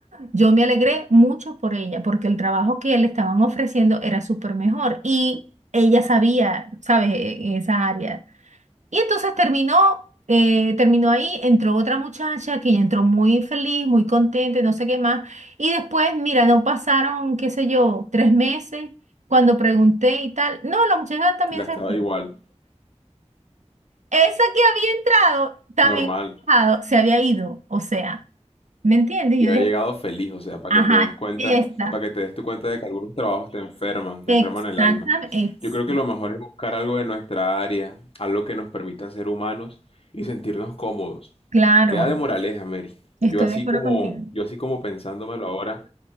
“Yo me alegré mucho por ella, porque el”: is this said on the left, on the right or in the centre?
Right